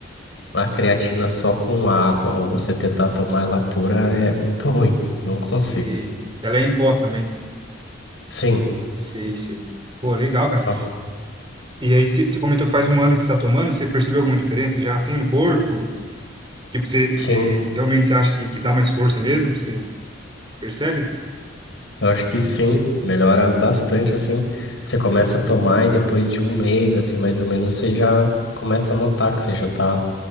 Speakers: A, on the left; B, on the right.
A: a creatina só com água ou você tentar tomar ela pura é muito ruim. Não
B: sei.
A: consigo.
B: Ela é em pó também.
A: Sim,
B: Sei, sei. Pô, legal, cara.
A: só
B: E aí, você comentou que faz um ano que você tá tomando, você percebeu alguma diferença já assim no corpo? Tipo, você você
A: sim.
B: realmente acha que, que dá mais força mesmo? Você percebe?
A: Eu acho que sim, melhora bastante assim. Você começa a tomar e depois de um mês, assim, mais ou menos, você já começa a notar que você já tá